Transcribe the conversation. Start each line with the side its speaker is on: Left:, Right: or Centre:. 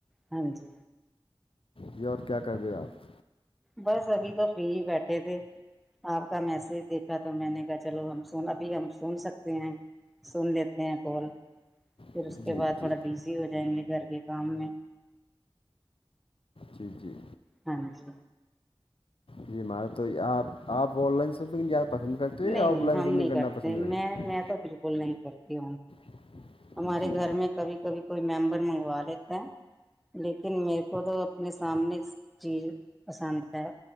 Centre: ہاں جی
Left: جی اور کیا کر رہے ہو آپ
Centre: بس ابھی تو فری ہی بیٹھے تھے آپ کا میسج دیکھا تو میں نے کہا چلو ہم س ابھی ہم سن سکتے ہیں سن لیتے ہیں کال پھر
Left: آپ
Centre: اس کے
Left: جی
Centre: بعد تھوڑا
Left: جی
Centre: بزی ہو جائیں گے گھر کے کام میں
Left: جی جی
Centre: ہاں جی
Left: جی مارا تو یہ آپ آپ آن لائن ساپ کیاپ پسند کرتے
Centre: نہیں
Left: یا آف
Centre: نہیں
Left: لائن
Centre: ہم
Left: شاپنگ
Centre: نہیں
Left: کرنا پسند
Centre: میں
Left: کرتے ہیں
Centre: میں بالکل نہیں کرتی
Left: ہوں
Centre: ہمارے
Left: جی
Centre: گھر میں کبھی کبھی کوئی ممبر منگوا لیتا ہے لیکن میرے کو تو اپنے سامنے چیز پسند ہے